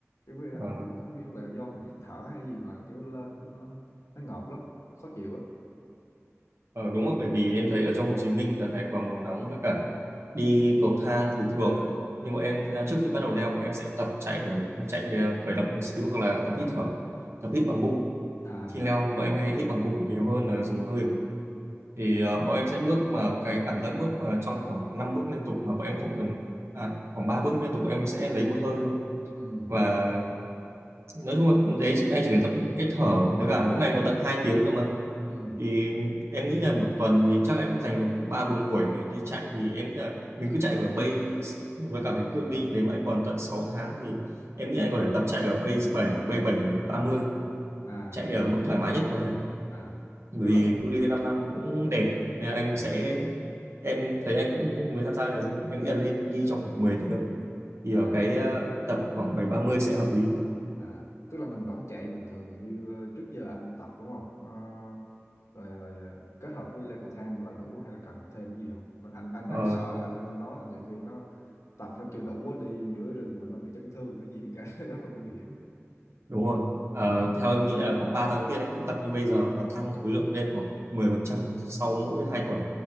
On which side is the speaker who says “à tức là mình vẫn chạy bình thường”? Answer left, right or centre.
Left